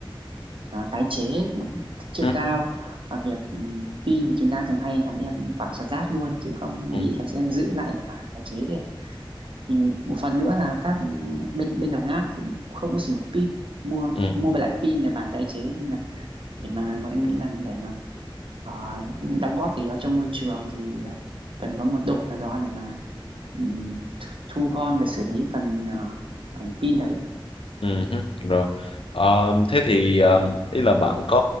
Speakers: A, on the right; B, on the left.
A: ờ, tái chế cũng chưa
B: ừ,
A: cao và việc ừ, pin thì chúng ta thường hay là đem quảng xả rác luôn chứ không
B: ừ,
A: nghĩ là sẽ giữ lại để mà tái chế đấy thì một phần nữa là các bên bên đồng nát cũng không có sử dụng pin mua
B: ừ,
A: mua lại pin để mà tái chế nên là để mà mà em nghĩ là để mà ờ, đóng góp gì đó cho môi trường thì ờ, cần có một đội nào đó để mà ừm, thu, thu gom và xử lý phần ờ, phần pin đấy
B: ừ, hứ. Rồi. Ờ, thế thì um, ý là bạn có